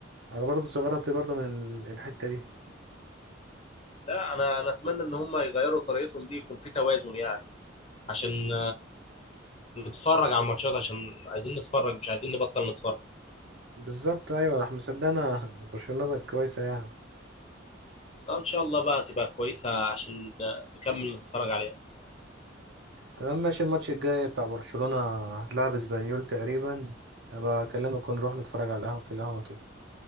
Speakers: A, on the right; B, on the left.
A: انا برضه استغربت برضه من الحته دي
B: لا انا انا اتمنى ان هم يغيروا طريقتهم دي يكون في توازن يعني عشان نتفرج على الماتشات عشان عايزين نتفرج مش عايزين نبطل نتفرج
A: بالظبط ايوه راح مصدقنا <laughs> برشلونة بقت كويسة يعني
B: آه، ان شاء الله بقى تبقى كويسه عشان نكمل نتفرج عليها
A: تمام ماشي الماتش الجاي بتاع برشلونة هتلعب اسبانيول تقريبا هبقى اكلمك ونروح نتفرج على القهوة في القهوة كده